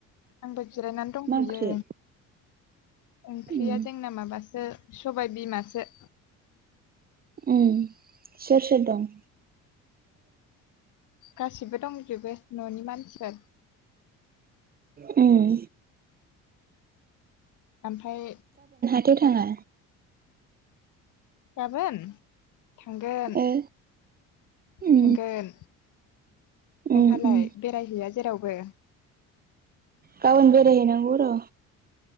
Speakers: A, on the left; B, on the right.
A: आंबो जिरायनानै दंथ'यो।
B: मा ओंख्रि
A: ओंख्रिया
B: उम
A: जोंना माबासो सबाय बिमासो।
B: ओम सोर सोर दं
A: गासिबो दंजोबो न'नि मानसिफोर।
B: ओम।
A: ओमफाय
B: दो थाङा
A: गाबोन थांगोन।
B: ओ उम
A: थांगोन नोंहालाय
B: उम उम
A: बेरायहैया? जेरावबो
B: गाबोन बेरायहै नांगौ र